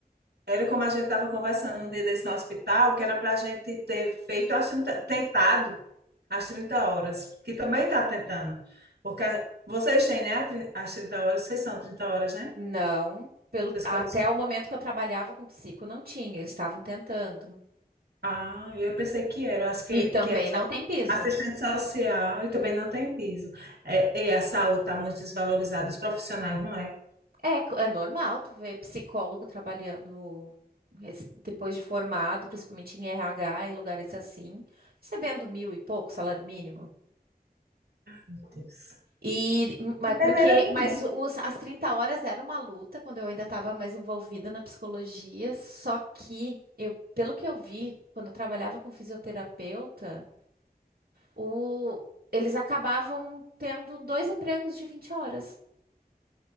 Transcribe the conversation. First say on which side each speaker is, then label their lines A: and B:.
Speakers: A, on the right (about 85°); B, on the right (about 65°).
A: Era como a gente estava conversando um dia desse no hospital, que era para a gente ter feito, as 30 tentado as 30 horas, que também está tentando. Porque a- vocês têm, né, a tri- as 30 horas, vocês são 30 horas, né?
B: Não. Pelo,
A: Psicologia.
B: até o momento que eu trabalhava com psico, não tinha. Eles estavam tentando.
A: Ah, eu pensei que era, eu acho que,
B: E também
A: que é só
B: não tem piso.
A: assistente social e também não tem piso. É, e a saúde está muito desvalorizada, os profissionais, não é?
B: É, c- é normal tu ver psicólogo trabalhando res- depois de formado, principalmente em RH, em lugares assim, recebendo mil e pouco salário mínimo.
A: Meu Deus.
B: E, mas
A: Enfermeira
B: porque,
A: também,
B: mas os- as 30 horas era uma luta quando eu ainda estava mais envolvida na psicologia, só que eu, pelo que eu vi, quando eu trabalhava com fisioterapeuta, o- eles acabavam tendo dois empregos de vinte horas.